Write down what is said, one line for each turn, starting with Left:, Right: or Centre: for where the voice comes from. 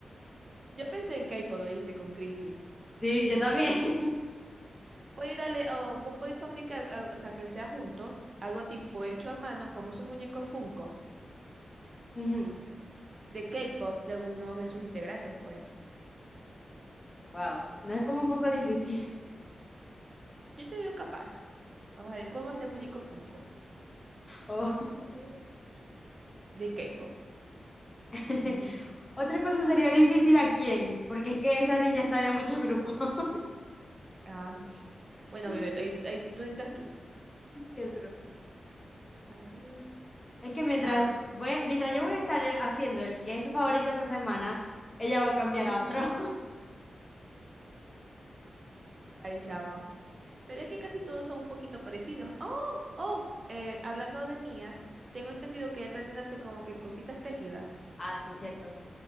Right: Yo pensé en K-pop, ¿oíste? Con Christy.
Left: Sí, yo también. <laughs>
Right: Podéis darle, o vos podéis fabricar, al- o sea, que sea junto, algo tipo hecho a mano, como esos muñecos Funko.
Left: Ujú,
Right: de K-pop de algunos de sus integrantes, pues.
Left: Wow, no es como un poco difícil. <laughs>
Right: Yo te veo capaz. Vamos a ver cómo hacer muñeco Funko
Left: O-
Right: A ver. de K-pop.
Left: <laughs>
Right: Muñeco.
Left: Otra cosa sería difícil a quién, porque es que esa niña está en muchos grupos. <laughs>
Right: Ah,
Left: Sí,
Right: bueno, bebé, ahí, ahí tú entras tú.
Left: qué duro.
Right: A ver.
Left: Es que mientras,
Right: Ah,
Left: voy- mientras yo voy a estar eh, haciendo el que es su favorito esa semana, ella va a cambiar
Right: <laughs>
Left: a otro.
Right: ahí chava. Pero es que casi todos son un poquito parecidos. Oh, oh, eh, hablando de Mía, tengo entendido que ella también hace como que cositas tejidas.
Left: Ah, sí, es cierto.